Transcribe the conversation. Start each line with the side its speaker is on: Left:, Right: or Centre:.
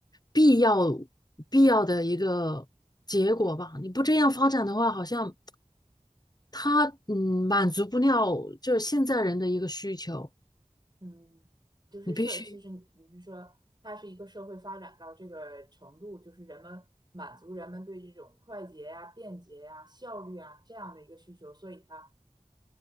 Left: 必要必要的一个结果吧。你不这样发展的话，好像。它嗯满足不了就是现在人的一个需求，
Right: 嗯，就是社，
Left: 你必须
Right: 其实你你是说，它是一个社会发展到这个程度，就是人们满足人们对这种快捷呀、便捷呀、效率啊这样的一个需求，所以它